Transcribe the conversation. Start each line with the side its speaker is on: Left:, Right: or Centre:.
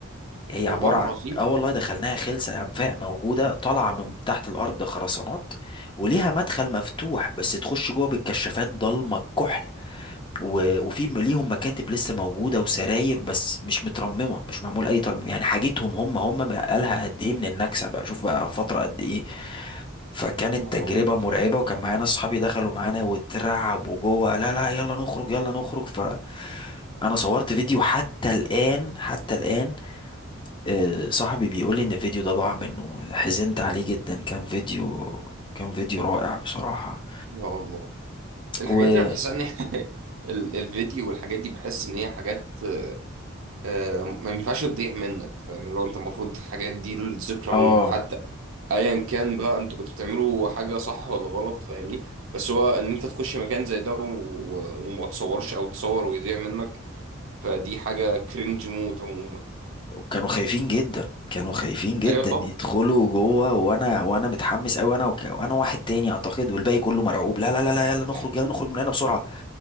Left: هي
Right: والله
Left: عباره
Right: العظيم
Left: عن اه والله دخلناها خلسه انفاق موجوده طالعه من تحت الارض خرسانات وليها مدخل مفتوح بس تخش جوه بالكشافات ضلمه الكحل و- وفي م- ليهم مكاتب لسه موجوده وسراير بس مش مترممه مش معمول اي ترميم يعني حاجتهم هم هم بقالها قد ايه من النكسه بقى شوف بقى فتره قد ايه فكانت
Right: يا نهار
Left: تجربة
Right: ابيض
Left: مرعبة وكان معانا اصحابي دخلوا معانا واترعبوا جوه لا لا يلا نخرج يلا نخرج فانا صورت فيديو حتى الآن حتى الآن آه، صاحبي بيقول لي ان الفيديو ده ضاع منه حزنت عليه جدا كان فيديو كان فيديو رائع بصراحة
Right: يا الله الحاجات
Left: و
Right: دي انا بحس ان هي- <laughs> ال- الفيديو والحاجات دي بحس ان هي حاجات آه، ما ينفعش تضيع منك فاهم اللي هو انت المفروض الحاجات دي الذكرى
Left: اه
Right: عموما حتى ايا كان بقى انتوا كنتوا بتعملوا حاجه صح ولا غلط فاهمني بس هو ان انت تخش مكان زي ده و- و- وما تصورش او تصور ويضيع منك فدي حاجه كرنج موت عموما
Left: كانوا خايفين جدا كانوا خايفين جدا
Right: ايوه
Left: يدخلوا جوه وانا وانا متحمس قوي انا وك... وانا واحد تاني اعتقد والباقي كله مرعوب لا لا لا لا يلا نخرج
Right: طبعا
Left: يلا نخرج من هنا بسرعه